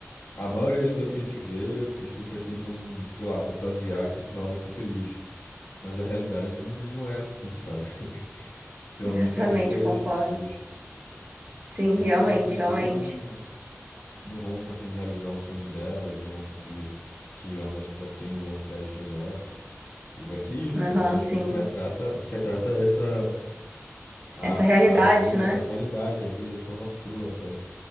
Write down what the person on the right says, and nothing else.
<laughs>
Exatamente,
concordo.
Sim,
realmente,
realmente.
Aham,
sim.
Essa realidade,
né?